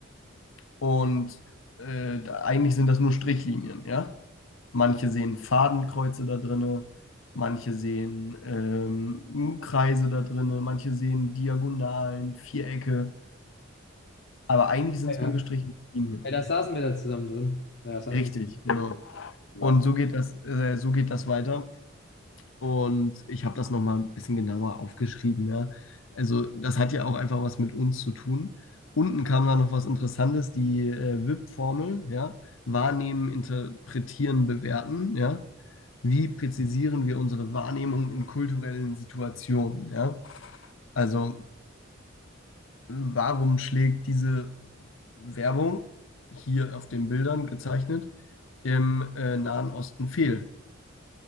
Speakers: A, on the left; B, on the left.
A: und äh, da- eigentlich sind das nur Strichlinien, ja. Manche sehen Fadenkreuze da drinne, manche sehen ähm, Kreise da drinne, manche sehen Diagonalen, Vierecke, aber eigentlich sind es
B: Ja,
A: nur gestrichene Linien.
B: ja, da saßen wir da zusammen drin. Ja, da saßen
A: Richtig,
B: wir
A: genau.
B: zusammen drin.
A: Und
B: Wahnsinn.
A: so geht das, äh, so geht das weiter. Und ich habe das nochmal ein bisschen genauer aufgeschrieben, ja. Also das hat ja auch einfach was mit uns zu tun. Unten kam dann noch was Interessantes, die äh, WIP-Formel, ja. Wahrnehmen, interpretieren, bewerten, ja. Wie präzisieren wir unsere Wahrnehmung in kulturellen Situationen, ja. Also warum schlägt diese Werbung hier auf den Bildern gezeichnet im äh, Nahen Osten fehl?